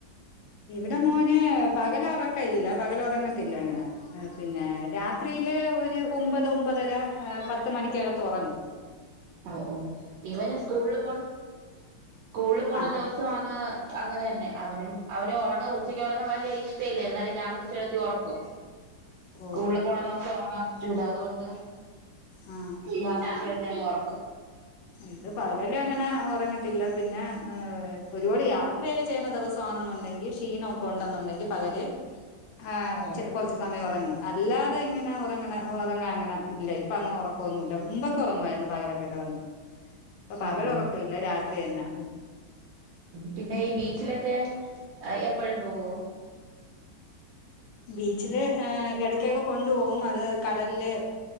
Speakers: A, on the left (about 75°); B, on the right (about 75°).
A: ഇവിടെ മോനെ പകല ഉറക്കല്ല പകല ഉറങ്ങ ങ്ങനെ പിന്നെ രാത്രിയില് ഒരു ഒമ്പത് ഒമ്പതര പത്ത് മണിക്കകത്ത് ഒറങ്ങും
B: ഓഹ് ഓഹ് ഇവന് സ്കൂളിൽ പോണ സ്കൂളിൽ പോണ
A: ആ
B: ദിവസം വാങ്ങ അങ്ങനെ ന്നെ അവനു അവനു ഉറങ്ങാ ഉച്ചക്ക് ഉറങ്ങാൻ വലിയ ഇഷ്ട ഇല്ല എന്നാലും ഞാൻ ചടത്തി ഉറക്കും
A: ഓ
B: സ്കൂളില് പോണ ദിവസം ഉറങ്ങാൻ പറ്റൂല അതുകൊണ്ട്
A: ആ
B: ഞാൻ പിടിച്ചേ ത്തി അങ്ങ് ഒറക്കും
A: ഇത് പ ഇവൽ അങ്ങനെ ഉറങ്ങത്തില്ല പിന്നെ ഒരുപാട് യാത്രയൊക്കെ ചെയ്യണ ദിവസമാണെന്നുണ്ടെങ്കിൽ ക്ഷീണവു കൊണ്ടുവന്നുണ്ടെങ്കിൽ പകല് ആഹ്
B: ഉം
A: കുറച്ച് സമയം ഉറങ്ങും അല്ലാതെ ഇങ്ങനെ ഉറങ്ങണ ഉറങ്ങാ അങ്ങന ഇല്ല ഇപ്പ അങ്ങനെ ഉറക്കൊന്നുല്ല മുമ്പൊക്കെ ഉറങ്ങുവായിരുന്നു പകലൊക്കെ കടന്ന് ഇപ്പൊ പകല
B: ഓ ഓ
A: ഉറക്ക ഇല്ല രാത്രി ന്നേ
B: പിന്നെ ഈ ബീച്ചിലൊക്കെ എപ്പോഴും പോവോ
A: ബീച്ചില് എടക്കൊക്കെ കൊണ്ടു പോകും അത് കടലില്